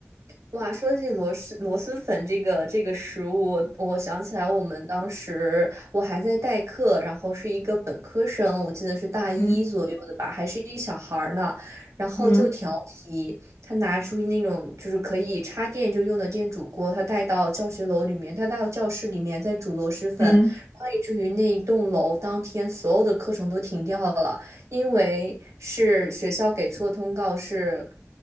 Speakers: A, on the right; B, on the left.
A: 哇，说起螺蛳螺蛳粉这个这个食物，我想起来我们当时我还在代课，然后是一个本科生，我记得是大一左右的吧，
B: 嗯
A: 还是一个小孩儿呢，然后就调皮，
B: 嗯
A: 他拿出那种就是可以插电就用的电煮锅，他带到教学楼里面，他带到教室里面在煮螺蛳粉，
B: 嗯
A: 然后以至于那一栋楼当天所有的课程都停掉了。因为是学校给出的通告是，